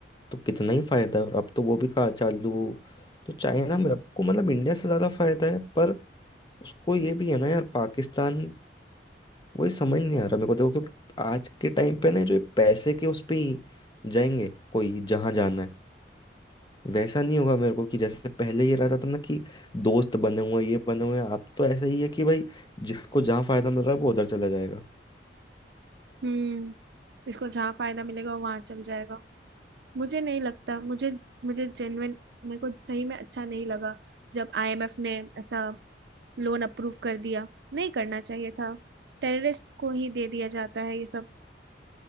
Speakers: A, on the left (about 25°); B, on the right (about 65°).
A: तो कितना ही फायदा है और अब तो वो भी कहा चालू तो चाइना में आपको मतलब इंडिया से ज्यादा फायदा है पर उसको ये भी है ना यार पाकिस्तान वही समझ नहीं आ रहा मेरे को देखो क्योंकि आज के टाइम पे ना जो ये पैसे के उस पे ही जाएंगे कोई जहां जाना है वैसा नहीं होगा मेरे को कि जैसे पहले ये रहता था ना कि दोस्त बने हुए हैं, ये बने हुए हैं। अब तो ऐसा ही है कि भाई जिसको जहाँ फायदा मिल रहा है वो उधर चला जाएगा
B: हम्म इसको जहाँ फायदा मिलेगा वो वहां चल जाएगा मुझे नहीं लगता मुझे मुझे जेन्युइन मेरे को सही में अच्छा नहीं लगा जब आईएमएफ ने ऐसा लोन अप्रूव कर दिया नहीं करना चाहिए था टेररिस्ट को ही दे दिया जाता है ये सब